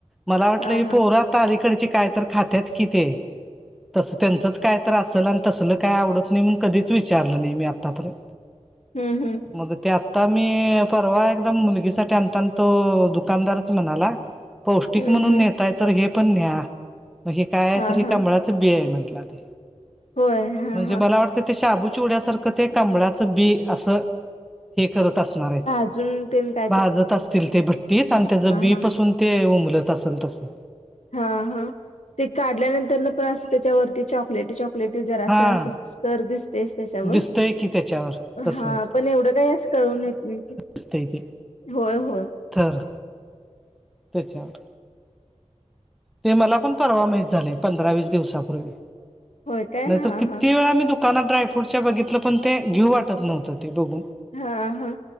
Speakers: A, in the centre; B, on the left (about 70°).
A: मला वाटलं
B: हा
A: ही
B: हा
A: पोरात आता अलीकडचे काय तर खात्यात कि ते तसं त्यांचच कायतर असल आणि तसलं काय आवडत नाही म्हण कधीच विचारलं नाही मी आत्तापर्यंत
B: हम्म हम्म
A: मग ते आता मी परवा एकदम मुलगीसाठी अता तो दुकानदारच म्हणाला पौष्टिक
B: हम्म
A: म्हणून
B: हम्म
A: नेताय तर हे पण न्या म काय
B: हा
A: तरं
B: हा
A: कमळातं बि आहे म्हटला ते..
B: होय हा
A: म्हणजे
B: हा
A: मला वाटतंय ते शाबू चिवउड्यासारखं ते कबळाचं बी असं हे करत असणार आहेत
B: अजून तेन काय
A: भाजत असतील ते भट्टीत आणि त्याच बीपासून
B: हा
A: ते उमलत असल तसं
B: हा हा ते काढल्यानंतर नंतर पण असं त्याच्यावरती चॉकलेटी प्लेट जरासं..
A: हा
B: सर दिसतेसचं त्याच्यावर..
A: दिसतय की त्याच्यावर तसं
B: हा पण एवढं काय असं कळवून येत नाही ते
A: े <inaudible>
B: होय होय
A: स्थर त्याचावर ते मला पण परवा माहित झालय पंधरा वीस दिवसापूर्वी
B: होय काय
A: नाहीतर
B: हा
A: किती
B: हा
A: वेळा मी दु दुकानातं ड्राय फ्रूटच्या बघितलं पण ते घेऊ वाटत नव्हतं ते बघून
B: हा हा